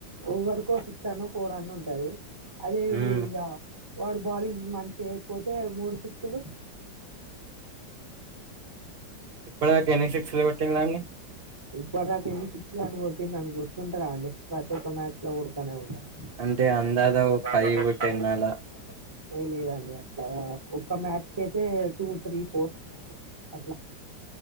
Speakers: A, on the right (about 20°); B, on the right (about 45°).
A: ఓవరకో సిక్స్ అన్న ఫోర్ అన్న ఉంటది <unintelligible> అదే
B: హ్మ్.
A: వి ఇగా వాడు బౌలింగ్ మంచి చేయకపోతే మూడు సిక్సులు
B: ఇప్పుడుకనిక్ సిక్స్ పెట్టటిడి
A: ఇప్పడు నాక ఎన్ని పిచ్చలు అని కొట్టి నన్ను గుర్తుంటారా అండి ప్రతి ఒక్క మ్యాచ్ లో కొడతూనే ఉంటాను
B: అంటే అందాజ
A: <unintelligible>
B: ఓ అలా.
A: లేదండి అట్లా ఒ మ్యాచ్ క అయితే టూ త్రీ ఫోర్ అట్లా